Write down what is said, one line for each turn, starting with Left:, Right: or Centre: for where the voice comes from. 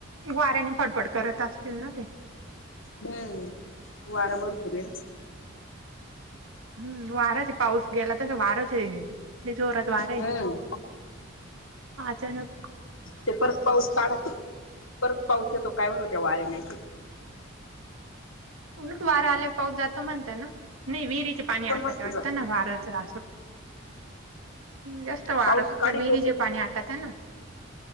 Right: वाऱ्यानी फडफड करत असतील ना ते.
Left: हु वार भरपूर हाय.
Right: हूं वारच हाय पाऊस गेला तसं वार जोरात हाय.
Left: हम्म
Right: अचानक
Left: ते परत पाऊस काढत परत पाऊस येतो काय होत हो त्या वाऱ्याने
Right: उलट वारा आल्यावर पाऊस जातो म्हणतात ना नाही विहिरीचं पाणी आठतं
Left: म्हणत
Right: वाटत
Left: जा
Right: वारा सुट जास्त वार
Left: पाऊस
Right: सुटल्यावर
Left: काढी
Right: विहिरीचं
Left: तो बी
Right: पाणी आटत ना.